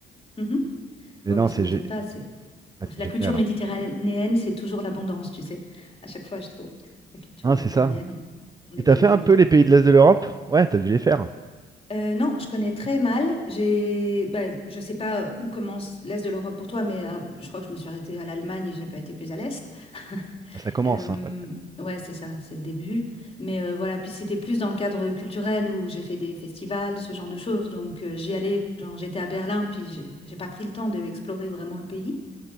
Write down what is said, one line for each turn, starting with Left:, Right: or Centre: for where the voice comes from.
Left: Mhm.
Right: Mais
Left: Ouais,
Right: non,
Left: bah, ça
Right: c'est
Left: m'étonne
Right: gé-
Left: pas. C'est
Right: ah, c'est
Left: La
Right: génial.
Left: culture méditerranéenne,
Right: Hein,
Left: c'est toujours l'abondance, tu sais. À chaque fois, je trouve. La culture
Right: Hein,
Left: méditerranéenne,
Right: c'est ça.
Left: on
Right: Et
Left: est
Right: t'as
Left: bien
Right: fait
Left: accueillis.
Right: un peu les pays de l'Est de l'Europe? Ouais, t'as dû les faire.
Left: Euh, non, je connais très mal. J'ai, ben, je sais pas où commence l'Est de l'Europe pour toi, mais euh, je crois que je me suis arrêtée à l'Allemagne et j'ai pas été plus à l'Est. <laughs>
Right: Ah, ça commence,
Left: Euh,
Right: hein, là.
Left: ouais, c'est ça, c'est le début. Mais euh, voilà, puis c'était plus dans le cadre culturel où j'ai fait des festivals, ce genre de choses. Donc euh, j'y allais, genre j'étais à Berlin, puis j'ai j'ai pas pris le temps d'explorer vraiment le pays.